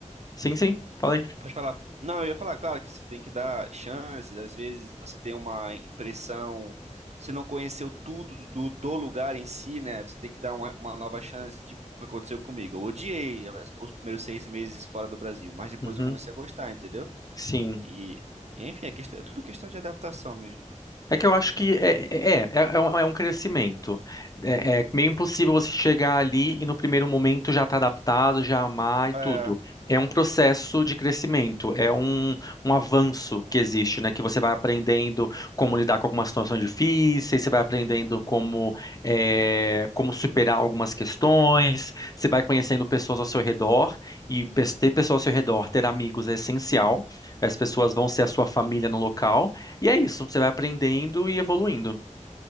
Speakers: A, on the left; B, on the right.
A: Sim, sim. Falei.
B: Pode falar. Não, eu ia falar, claro, que você tem que dar chances, às vezes você tem uma impressão, você não conheceu tudo do, do lugar em si, né? Você tem que dar uma, uma nova chance, tipo o que aconteceu comigo. Eu odiei os primeiros seis meses fora do Brasil, mas depois
A: Uhum.
B: eu comecei a gostar, entendeu?
A: Sim.
B: E, enfim, é, questão- é tudo questão de adaptação mesmo.
A: É que eu acho que é, é, é, é é um, é um crescimento. É, é meio impossível você chegar ali e no primeiro momento já estar adaptado, já amar e
B: É,
A: tudo. É um processo de crescimento, é um, um avanço que existe, né? Que você vai aprendendo como lidar com algumas situações difíceis, você vai aprendendo como, é, como superar algumas questões, você vai conhecendo pessoas ao seu redor, e pe- ter pessoas ao seu redor, ter amigos é essencial. As pessoas vão ser a sua família no local. E é isso, você vai aprendendo e evoluindo.